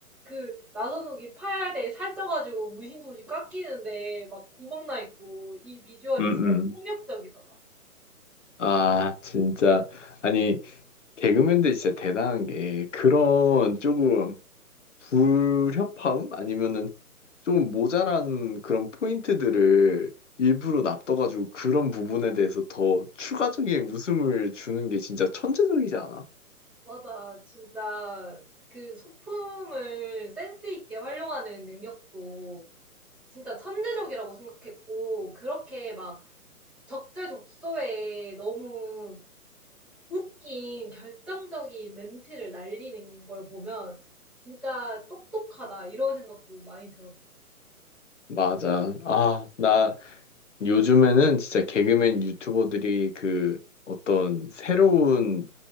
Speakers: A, in the centre; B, on the left.
A: 그 나선욱이 팔에 살쪄가지고 문신 토시 꽉 끼는데 막 구멍 나 있고 이 비주얼이
B: 응응.
A: 진짜 폭력적이더라.
B: 아, 진짜. 아니, 개그맨들 진짜 대단한 게 그런 조금 불협화음? 아니면은 좀 모자란 그런 포인트들을 일부러 놔둬가지고 그런 부분에 대해서 더 추가적인 웃음을 주는 게 진짜 천재적이지 않아?
A: 맞아. 진짜 그 소품을 센스 있게 활용하는 능력도 진짜 천재적이라고 생각했고 그렇게 막 적재적소에 너무 웃긴 결정적인 멘트를 날리는 걸 보면 진짜 똑똑하다 이런 생각도 많이 들었어.
B: 맞아. 아, 나 요즘에는 진짜 개그맨 유튜버들이 그 어떤 새로운